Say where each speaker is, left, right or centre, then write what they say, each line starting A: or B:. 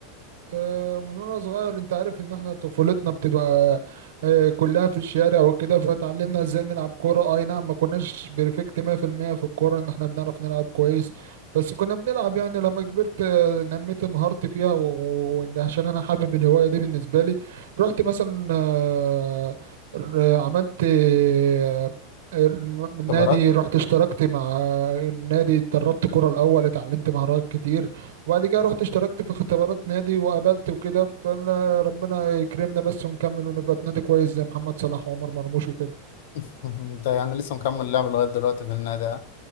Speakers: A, on the right; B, on the left.
A: آه، من وانا صغير انت عارف ان احنا طفولتنا بتبقى آه، كلها في الشارع وكده فتعلمنا ازاي نلعب كورة اي نعم ما كناش بيرفكت 100% في المية في الكورة ان احنا بنعرف نلعب كويس بس كنا بنلعب يعني لما كبرت آه، نميت مهارتي فيها وعشان انا حابب الهواية دي بالنسبة لي رحت مثلا آه، ر- عملت آه، الم- من
B: اختبارات
A: نادي رحت اشتركت مع آه، نادي اتدربت كرة الأول اتعلمت مهارات كتير وبعد كده رحت اشتركت في اختبارات نادي وقابلت وكده فانا ربنا يكرمنا بس ونكمل ونبقى في نادي كويس زي محمد صلاح وعمر مرموش وكده
B: <laughs> أنت يعني لسه مكمل لعب لغاية دلوقتي في النادي آه.